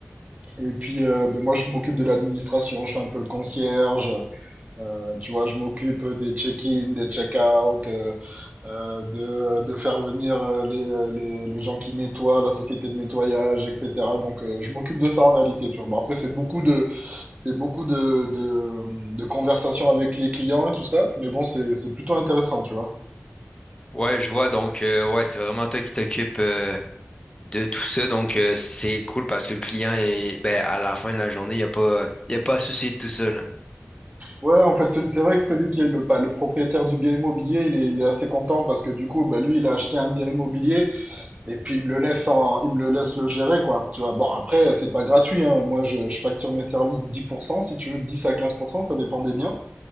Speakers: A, on the right; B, on the left.
A: Et puis, euh, ben, moi je m'occupe de l'administration, je fais un peu le concierge, euh, tu vois, je m'occupe des check-in, des check-out, euh, euh, de, de faire venir euh, les, euh, les, les gens qui nettoient, la société de nettoyage, etc. Donc, euh, je m'occupe de ça en réalité, tu vois. Bon, après, c'est beaucoup de, c'est beaucoup de, de, de conversations avec les clients et tout ça, mais bon, c'est, c'est plutôt intéressant, tu vois.
B: Ouais, je vois. Donc, euh, ouais, c'est vraiment toi qui t'occupes euh, de tout ça. Donc, euh, c'est cool parce que le client est, ben, à la fin de la journée, il n'y a pas, il a pas à se soucier de tout ça, là.
A: Ouais, en fait, c'est c'est vrai que celui qui est le, pas, le propriétaire du bien immobilier, il est, il est assez content parce que du coup, bah, lui, il a acheté un bien immobilier Et puis il me le laisse en, il me le laisse le gérer quoi. Tu vois. Bon après c'est pas gratuit hein. Moi je, je facture mes services dix pour cent si tu veux dix à quinze pour cent ça dépend des biens.